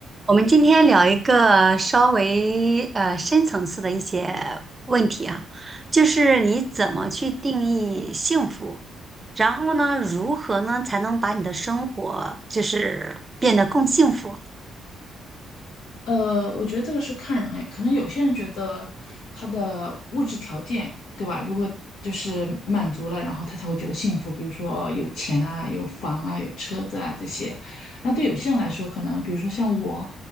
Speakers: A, on the right; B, on the left.
A: 我们今天聊一个稍微呃深层次的一些问题啊，就是你怎么去定义幸福，然后呢，如何呢才能把你的生活就是变得更幸福？
B: 呃，我觉得这个是看人哎，可能有些人觉得他的物质条件，对吧？如果就是满足了，然后他才会觉得幸福，比如说有钱啊、有房啊、有车子啊这些。那对有些人来说，可能比如说像我，